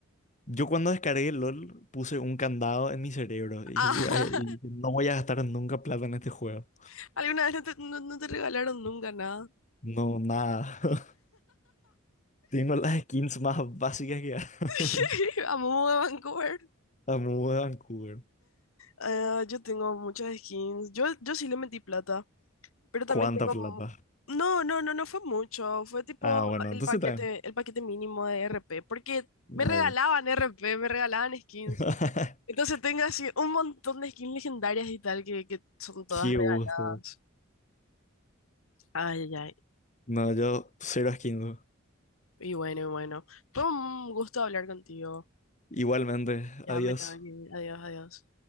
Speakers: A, on the left; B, on the left.
A: yo cuando descargué LOL puse un candado en mi cerebro y,
B: Ah,
A: y no voy a gastar nunca plata en este juego.
B: <laughs> ¿alguna vez no te, no, no te regalaron nunca nada?
A: No, nada. <laughs> Tengo las skins más básicas que hay.
B: <laughs> Amomo de Vancouver.
A: <laughs> La muda de Vancouver.
B: Eh, yo tengo muchas skins. Yo, yo sí le metí plata. Pero también
A: ¿Cuánta
B: tengo...
A: plata?
B: No, no, no, no fue mucho. Fue tipo
A: Ah, bueno,
B: el
A: entonces
B: paquete,
A: también.
B: el paquete mínimo de RP. Porque
A: Ya,
B: me regalaban
A: ya.
B: RP, me regalaban skins.
A: <laughs>
B: Entonces tengo así un montón de skins legendarias y tal que, que son todas
A: Qué
B: regaladas.
A: gusto.
B: Ay, ay, ay.
A: No, yo cero skins.
B: Y bueno, y bueno. Fue un gusto hablar contigo.
A: Igualmente,
B: Ya
A: adiós.
B: me tengo que ir. Adiós, adiós.